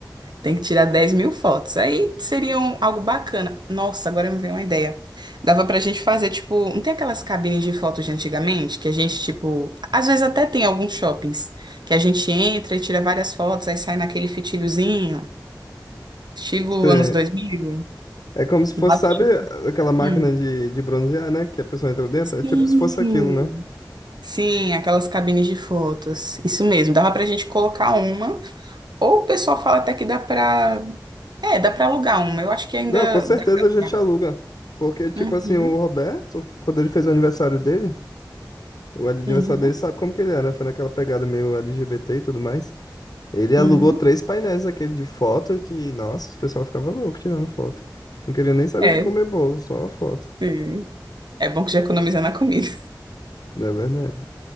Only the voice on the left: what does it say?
Cê-
É como se fosse,
sabe,
aquela máquina
de, de bronzear, né? Que a pessoa entra dentro. É tipo
se fosse aquilo, né?
Não, com certeza
a gente aluga. Porque, tipo
assim, o Roberto, quando ele fez o aniversário dele, o aniversário
dele sabe como que ele é, né? Foi naquela pegada meio LGBT e tudo mais. Ele alugou
três painéis daquele de foto que, nossa, o pessoal ficava louco tirando foto. Não queria nem saber
de comer bolo, só foto.
Não é verdade.